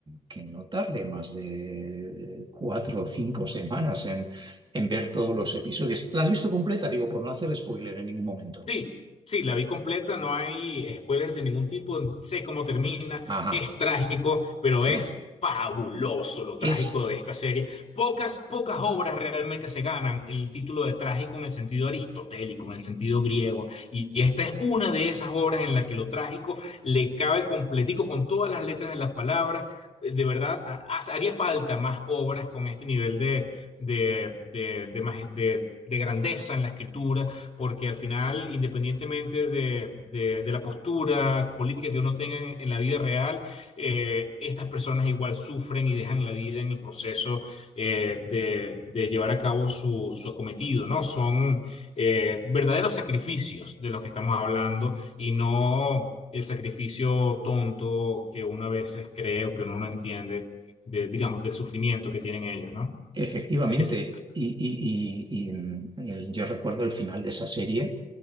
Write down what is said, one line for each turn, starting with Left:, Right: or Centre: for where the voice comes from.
Right: que no tarde más de eh, cuatro o cinco semanas en, en ver todos los episodios. ¿La has visto completa? Digo, por no hacer spoiler en ningún momento.
Left: Sí, sí, la vi completa, no hay spoilers de ningún tipo, sé cómo termina,
Right: Ajá,
Left: es trágico, pero
Right: sí.
Left: es fabuloso lo
Right: Es
Left: trágico de esta serie. Pocas, pocas obras realmente se ganan el título de trágico en el sentido aristotélico, en el sentido griego, y esta es una de esas obras en la que lo trágico le cabe completico con todas las letras de las palabras. De verdad, ha- ha- haría falta más obras con este nivel de, de, de de maj- de- de grandeza en la escritura porque al final, independientemente de, de- de la postura política que uno tenga en, en la vida real, eh, estas personas igual sufren y dejan la vida en el proceso eh, de, de llevar a cabo su, su acometido, ¿no? Son eh, verdaderos sacrificios de los que estamos hablando y no el sacrificio tonto que uno a veces cree o que uno no entiende, de, digamos, del sufrimiento que tienen ellos, ¿no?
Right: efectivamente,
Left: A que se-
Right: y, y- y- y, mm, el- yo recuerdo el final de esa serie